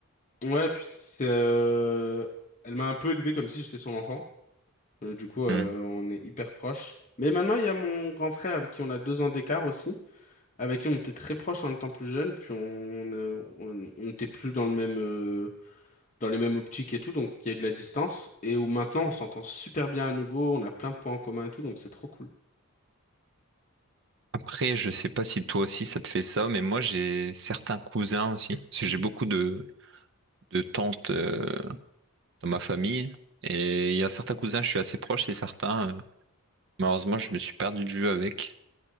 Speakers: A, on the left; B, on the right.
A: Ouais, puis c'est, euh, elle m'a un peu élevé comme si j'étais son enfant. Euh, du coup, euh,
B: Hmm.
A: on est hyper proches. Mais maintenant, il y a mon grand frère avec qui on a deux ans d'écart aussi, avec qui on était très proches en étant plus jeunes, puis on, euh, on, on n'était plus dans le même, euh, dans les mêmes optiques et tout, donc il y a eu de la distance, et où maintenant on s'entend super bien à nouveau, on a plein de points en commun et tout, donc c'est trop cool.
B: Après, je sais pas si toi aussi ça te fait ça, mais moi j'ai certains cousins aussi. Parce que j'ai beaucoup de, de tantes euh, dans ma famille. Et il y a certains cousins, je suis assez proche, et certains. Malheureusement, je me suis perdu de vue avec.